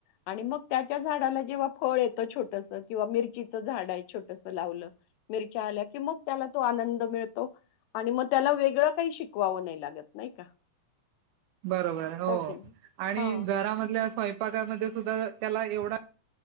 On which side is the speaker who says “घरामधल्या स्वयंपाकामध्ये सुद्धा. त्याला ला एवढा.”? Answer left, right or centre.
Right